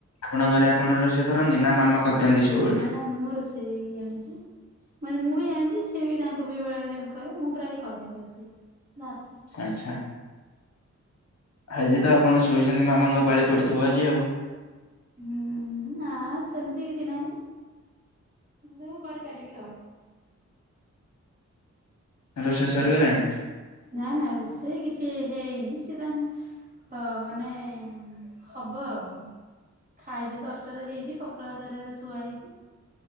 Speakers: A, on the left; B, on the right.
A: ଆପଣ ଘରେ ଆପଣ ରୋଷେଇ କରନ୍ତି ନା ମାମା? କରିଦିଅନ୍ତି ସବୁବେଳେ?
B: ନା ନା ମୁଁ ରୋଷେଇ ଜାଣିଛି ମ ମୁଁ ବି ଜାଣିଛି। ସିଏ ବି ତାଙ୍କୁ ବି ବେଳେ ହେଲ୍ପ କରେ ମୁଁ ପ୍ରାୟ କରେ ରୋଷେଇ ଆସେ।
A: ଆଚ୍ଛା ଆଜି ତ ଆପଣ ଶୋଇଛନ୍ତି ମାମାଙ୍କ ପାଳି ପଡିଥିବ ଆଜି ଆଉ।
B: ହୁଁ ନା ସେମିତି କିଛି ନାହିଁ। ମୁଁ କରିପାରିବି ଆଉ।
A: ରୋଷେଇ ସରିଗଲାଣି?
B: ନା ନା ରୋଷେଇ କିଛି ହେଇନି ସେ ତାଙ୍କ ହ ମାନେ ହବ ଆଉ। ଖାଇବି ଦଶଟା ତ ହେଇଛି ପଖାଳ ଭାତ ହେରା କା ଥୁଆ ହେଇଛି।